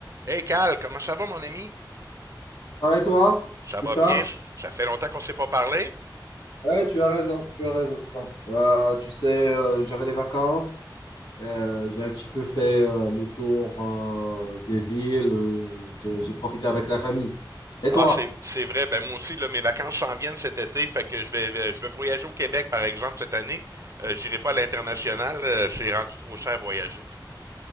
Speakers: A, on the right (about 40°); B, on the left (about 85°).
A: Hey Cal, comment ça va, mon ami?
B: Ça va et toi?
A: Ça
B: Super.
A: va bien? Ça fait longtemps qu'on ne s'est pas parlé?
B: Ouais, tu as raison, tu as raison. Euh, tu sais, euh, j'avais les vacances, euh, j'ai un petit peu fait euh, le tour euh, des villes, euh, j'ai j'ai profité avec la famille. Et
A: Ah,
B: toi?
A: c'est, c'est vrai. Ben, moi aussi, là, mes vacances s'en viennent cet été. Fait que je vais, je vais voyager au Québec, par exemple, cette année. Euh, j'irai pas à l'international. euh, c'est rendu trop cher à voyager.